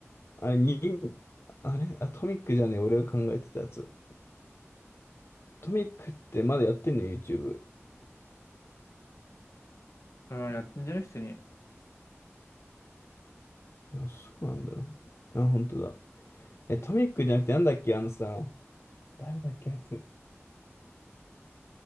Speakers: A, on the left; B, on the left.
A: あれ、に、あれ、あ、トミックじゃねえ、俺が考えてたやつ。トミックってまだやってんの ?YouTube。
B: ああ、やってんじゃない普通に。
A: あ、そうなんだ。あ、本当だ。え、トミックじゃなくてなんだっけ、あのさ、誰だっけ、あいつ。